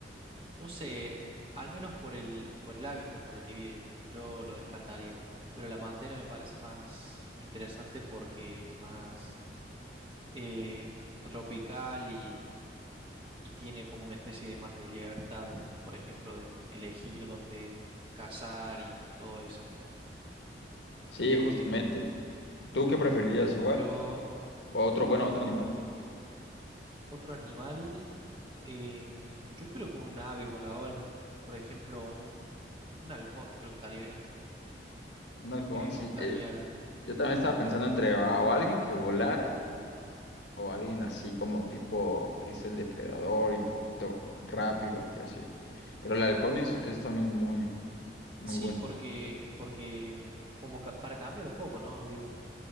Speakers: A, on the right; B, on the left.
A: No sé, al menos por el, por el hábitat por el que vive, yo lo descartaría. Pero la pantera me parece más interesante porque es más eh, tropical y, y tiene como una especie de más de libertad, por ejemplo, de elegir dónde cazar y todo eso.
B: Sí,
A: Eh,
B: justamente. ¿Tú qué preferirías igual?
A: yo,
B: O otro, bueno,
A: yo,
B: otro animal.
A: otro animal, eh, yo creo que un ave voladora, por ejemplo, un, un halcón, creo que estaría bien.
B: Un halcón,
A: Eh,
B: sí.
A: me gustaría
B: eh, yo también estaba pensando entre a- o alguien que volara o alguien así como tipo que es el depredador y un poquito rápido y así. Pero el halcón es, es también muy, muy
A: Sí,
B: bueno.
A: porque, porque mm, como ca- para cambiar un poco, ¿no? Digo,